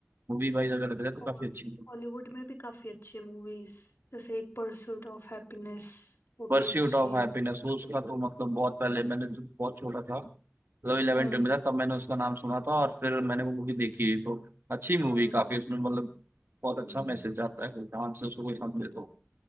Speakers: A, on the right; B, on the left.
A: मूवी वाइज अगर देखा जाए तो
B: और
A: काफी अच्छी
B: हॉलीवुड में भी काफी अच्छी मूवीज जैसे एक परसूट ऑफ हैप्पीनेस वो
A: परस्यूट
B: भी अच्छी
A: ऑफ हैप्पीनेस
B: है
A: वो उसका तो मतलब बहुत पहले मैंने जब बहुत छोटा था मतलब इलेवन
B: हम्म
A: ट्वेल्व में था तब मैंने उसका नाम सुना था और फिर मैंने वो मूवी देखी तो अच्छी मूवी
B: हम्म
A: काफी उसमें
B: अच्छी
A: मतलब
B: थी
A: बहुत
B: हम्म
A: अच्छा मैसेज आता है ध्यान से उसको कोई समझे तो